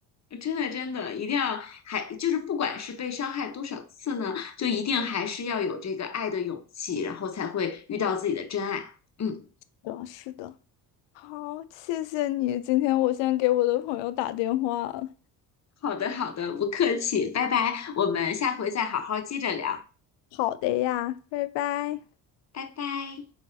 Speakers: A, on the left; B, on the left.
A: 真的，真的，一定要还就是不管是被伤害多少次呢，就一定还是要有这个爱的勇气，然后才会遇到自己的真爱。嗯，
B: 对啊是的，好，谢谢你。今天我先给我的朋友打电话了
A: 好的，好的，不客气，拜拜，我们下回再好好接着聊，
B: 好的呀，拜拜。
A: 拜拜。